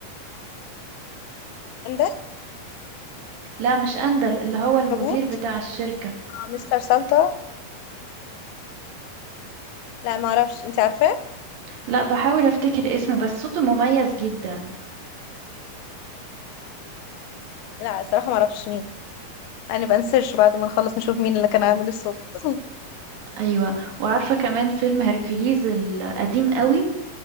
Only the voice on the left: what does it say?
عندك
عنكبوت
آه، مستر سلطه لا ما اعرفش انت عارفاه
لا الصراحه ما اعرفش مين يعني بنسيرش بعد ما نخلص نشوف مين اللي كان عامل الصوت <laughs>